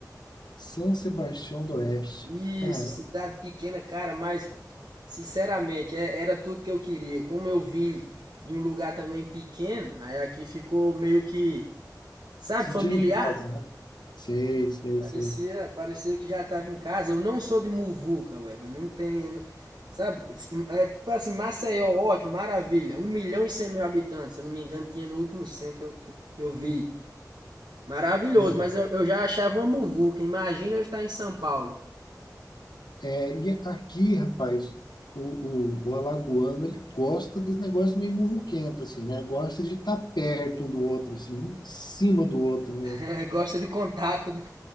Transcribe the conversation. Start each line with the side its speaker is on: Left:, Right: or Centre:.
Left: São Sebastião do Oeste.
Right: Isso,
Left: Cara,
Right: cidade pequena, cara, mas sinceramente, é- era tudo que eu queria. Como eu vim de um lugar também pequeno, aí aqui ficou meio que, sabe,
Left: sentiram
Right: familiar.
Left: em casa, né? Sei, sei,
Right: Parecia,
Left: sei.
Right: parecia que já estava em casa. Eu não sou de muvuca, Web. Eu não tenho, eu não- sabe? É, tipo assim, Maceió, ótimo, maravilha. Um milhão e cem mil habitantes, se eu não me engano, tinha no último censo que eu, que eu que eu vi. Maravilhoso,
Left: Né?
Right: mas eu, eu já achava uma muvuca. Imagina eu estar em São Paulo.
Left: É, e aqui, rapaz, o, o, o alagoano, ele gosta desse negócio meio muvuquento, assim, né? Gosta de estar perto um do outro, assim, um em cima do outro mesmo.
Right: <laughs> Gosta de contato, né?